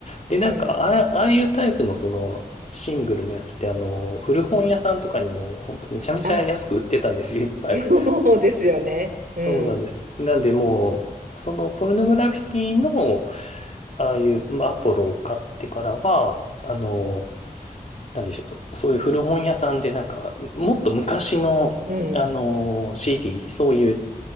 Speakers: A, on the left; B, on the right.
A: で、なんか、
B: うん。
A: ああ、ああいうタイプのその、シングルのやつって、あの、古本屋さんとかにも、ほんとめちゃめちゃ安く売ってたんですよ、
B: あ、
A: いっぱい。
B: <laughs> そうですよね。
A: そうなんです。
B: うん。
A: なんで、もう、その、ポルノグラフィティの、ああいうまあアポロを買ってからは、あの、なんでしょう、そういう古本屋さんで、なんか、もっと昔の、
B: うん。
A: あの、CD、そういう、